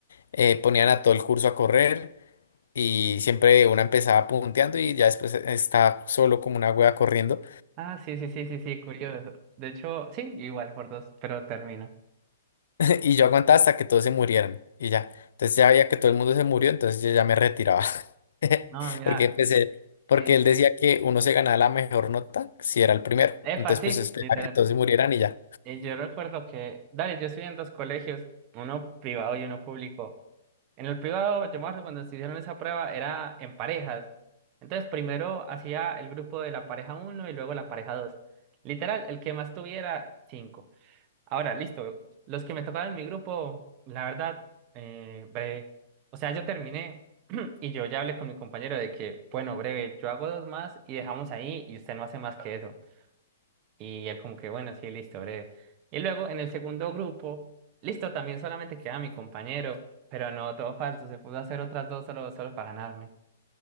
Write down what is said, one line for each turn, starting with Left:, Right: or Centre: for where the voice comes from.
Left: eh, ponían a todo el curso a correr y siempre una empezaba punteando y ya después eh, estaba solo como una wea corriendo.
Right: Ah, sí, sí, sí, sí, sí, curioso. De hecho, sí, igual por dos, pero termina.
Left: Y yo aguantaba hasta que todos se murieran y ya. Entonces ya veía que todo el mundo se murió, entonces yo ya me retiraba. <laughs>
Right: No, mira,
Left: Porque empecé, porque
Right: eh,
Left: él decía que uno se ganaba la mejor nota si era el primero.
Right: epa,
Left: Entonces
Right: sí,
Left: pues esperaba
Right: literal.
Left: que todos se murieran y ya.
Right: Eh, yo recuerdo que, dale, yo estudié en dos colegios, uno privado y uno público. En el privado, yo me acuerdo cuando se hicieron esa prueba, era en parejas. Entonces, primero hacía el grupo de la pareja uno y luego la pareja dos. Literal, el que más tuviera, cinco. Ahora, listo. Los que me tocaron en mi grupo, la verdad, eh, breve. O sea, yo terminé <clears throat> y yo ya hablé con mi compañero de que, bueno, breve, yo hago dos más y dejamos ahí y usted no hace más que eso. Y él como que, bueno, sí, listo, breve. Y luego en el segundo grupo, listo, también solamente queda mi compañero, pero no, todo falso, se pudo hacer otras dos solo, solo para ganarme.